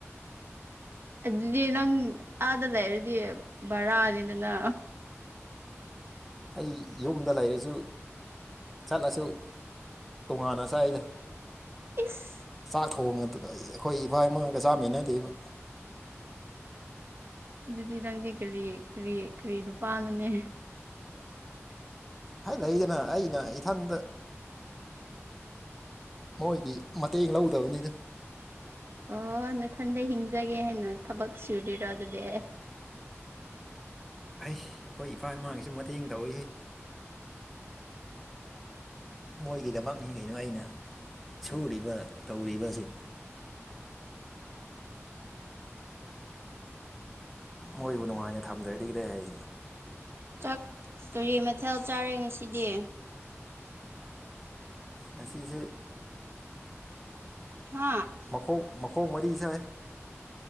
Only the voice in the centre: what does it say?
ꯑꯩ ꯌꯨꯝꯗ ꯂꯩꯔꯁꯨ ꯆꯠꯂꯁꯨ ꯇꯣꯉꯥꯟꯅ ꯆꯥꯏꯗ
ꯆꯥꯛ ꯊꯣꯡ ꯉꯇꯗ ꯑꯩ ꯑꯩꯈꯣꯏ ꯏꯕꯥꯏ ꯑꯃꯒ ꯆꯥꯃꯤꯟꯅꯗꯦꯕ
ꯍꯥꯏ ꯂꯩꯗꯅ ꯑꯩꯅ ꯏꯊꯟꯇ ꯃꯣꯏꯒꯤ ꯃꯇꯦꯡ ꯂꯧꯗꯕꯅꯤꯗ
ꯍꯩ ꯑꯩꯈꯣꯏ ꯏꯄꯥ ꯏꯃꯥꯡꯒꯤꯁꯨ ꯃꯇꯦꯡ ꯇꯧꯏꯍꯦ ꯃꯣꯏꯒꯤꯗꯃꯛꯅꯤ ꯀꯩꯅꯣ ꯑꯩꯅ ꯁꯨꯔꯤꯕ ꯇꯧꯔꯤꯕꯁꯤ ꯃꯣꯏꯕꯨ ꯅꯨꯡꯉꯥꯏꯅ ꯊꯝꯗꯔꯗꯤ ꯀꯗꯥꯏ
ꯉꯁꯤꯁꯦ
ꯃꯈꯣꯡ ꯃꯈꯣꯡ ꯃꯔꯤ ꯆꯥꯏ